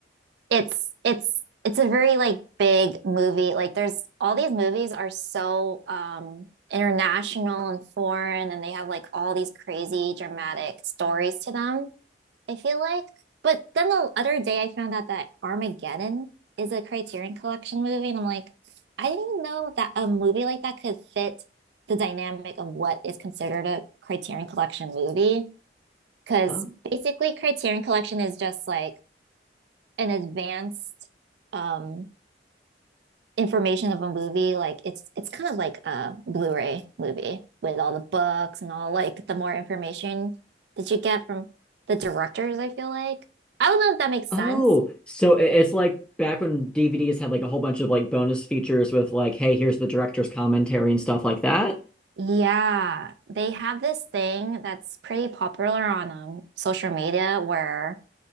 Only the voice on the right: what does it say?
it's it's it's a very like big movie. Like there's all these movies are so um international and foreign and they have like all these crazy dramatic stories to them. I feel like. But then the other day I found out that Armageddon is a Criterion Collection movie, and I'm like, I didn't even know that a movie like that could fit the dynamic of what is considered a Criterion Collection movie. Because
basically, Criterion Collection is just like an advanced um information of a movie, like it's it's kind of like a Blu-ray movie with all the books and all like the more information that you get from the directors, I feel like. I don't know if that makes
sense.
Yeah, they have this thing that's pretty popular on um, social media where